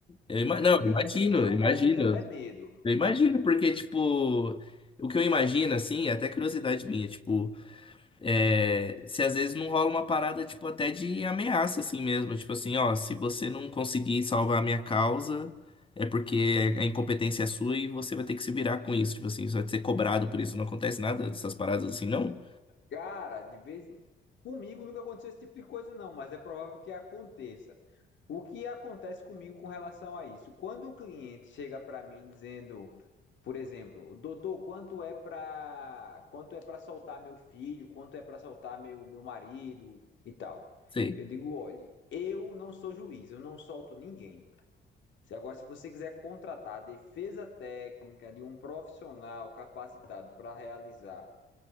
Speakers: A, on the left; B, on the left.
A: eu ima...
B: Dependendo
A: não, eu imagino,
B: da situação,
A: eu imagino,
B: o cara sente até medo.
A: eu imagino, porque, tipo, o que eu imagino, assim, é até curiosidade minha, tipo, é, se às vezes não rola uma parada, tipo, até de ameaça, assim mesmo, tipo assim, ó, se você não conseguir salvar a minha causa, é porque a incompetência é sua e você vai ter que se virar com isso, tipo assim, você vai ser cobrado por isso, não acontece nada dessas paradas assim, não?
B: Cara, de vez comigo nunca aconteceu esse tipo de coisa não, mas é provável que aconteça. O que acontece comigo com relação a isso? Quando o cliente chega para mim dizendo, por exemplo, doutor, quanto é para quanto é para soltar meu filho, quanto é para soltar meu meu marido e tal.
A: Sei.
B: Eu digo, olhe, eu não sou juiz, eu não solto ninguém. Se agora, se você quiser contratar a defesa técnica de um profissional capacitado para realizar